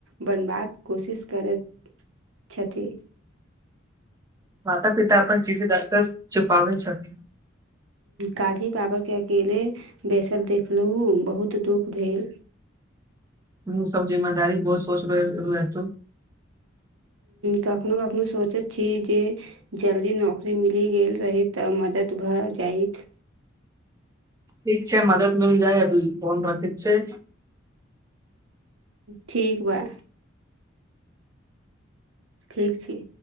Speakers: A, on the right (about 80°); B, on the right (about 15°).
A: बनबाक कोशिश करैत छथि
B: माता पिता अपन चीज अकसर छुपाबै छथिन
A: कालही पाबा अकेले बैसल देखलहुँ बहुत दुःख भेल
B: हम सब जिम्मेदारी बहुत सोच समझि लेतौ
A: कखनो कखनो सोचत छी जे जल्दी नौकरी मिली गेल रहित तऽ मदद भऽ भऽ जाइत
B: ठीक छै मदद मिल जाए अभी फोन रखैत छै
A: ठीक बा ठीक छी